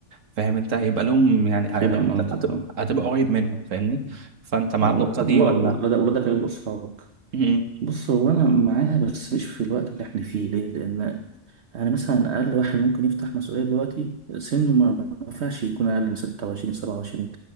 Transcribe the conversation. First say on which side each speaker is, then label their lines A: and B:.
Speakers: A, on the right; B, on the right.
A: فاهم انت هيبقى لهم يعني هيبقى
B: فاهم
A: انت
B: قصدك
A: هتبقى,
B: اه
A: هتبقى قريب منهم فاهمني فانت مع
B: آه،
A: النقطه دي
B: وما-
A: ولا
B: ولا ده ولا ده كلام اصحابك
A: <laughs> م-
B: بص هو انا معاها بس مش في الوقت اللي احنا فيه ليه لان انا مثلا اقل واحد ممكن يفتح مسؤوليه دلوقتي سنه ما ينفعش يكون اقل من 26 27